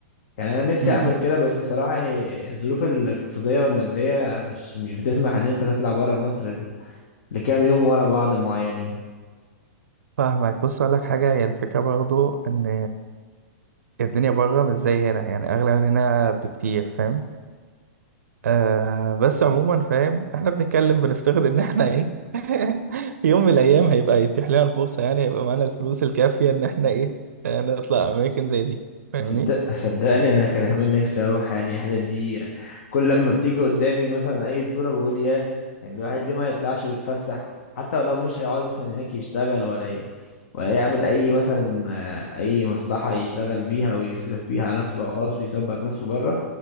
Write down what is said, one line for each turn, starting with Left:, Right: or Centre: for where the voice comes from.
Left: يعني انا نفسي
Right: امم
Left: اعمل كده بس الصراحه يعني الظروف الاقتصاديه والماديه مش مش بتسمح ان انت تطلع بره مصر ل- لكام يوم ورا بعض معينين
Right: فاهمك بص اقول لك حاجة هي الفكرة برضو ان الدنيا بره مش زي هنا يعني اغلى من هنا بكتير فاهم آه بس عموما فاهم احنا بنتكلم بنفترض ان احنا ايه <laughs> في يوم من الايام هيبقى يتيح لنا الفرصة يعني هيبقى معانا الفلوس الكافية ان احنا ايه آه، نطلع اماكن زي دي فاهمني
Left: صدق صدقني انا كان كمان نفسي اروح يعني الحتت دي كل لما بتيجي قدامي مثلا اي صوره بقول ياه يعني الواحد ليه ما يطلعش ويتفسح حتى ولو مش هيقعد مثلا هناك يشتغل ولا ي... ولا يعمل اي مثلا آه، اي مصلحه يشتغل بيها ويصرف بيها على نفسه بقى خلاص ويثبت نفسه بره